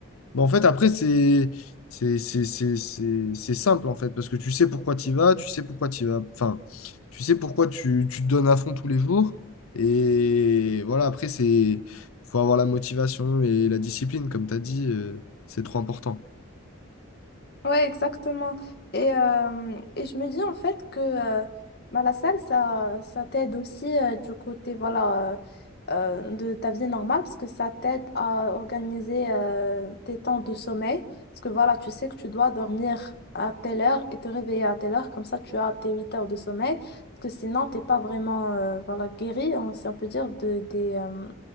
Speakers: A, on the left; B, on the left.
A: ben, en fait, après, c'est c'est c'est- c'est- c'est- c'est simple, en fait, parce que tu sais pourquoi tu vas, tu sais pourquoi tu vas, enfin, tu sais pourquoi tu, tu te donnes à fond tous les jours. Et voilà, après, c'est faut avoir la motivation et la discipline, comme tu as dit, euh, c'est trop important.
B: Ouais, exactement. Et, euh, et je me dis en fait que euh, bah, la salle, ça, ça t'aide aussi euh, du côté voilà, euh, euh, de ta vie normale, parce que ça t'aide à organiser euh, tes temps de sommeil. Parce que voilà, tu sais que tu dois dormir à telle heure et te réveiller à telle heure, comme ça tu as tes 8 heures de sommeil. Parce que sinon, t'es pas vraiment euh, voilà, guéri, on- si on peut dire, de, des, euh,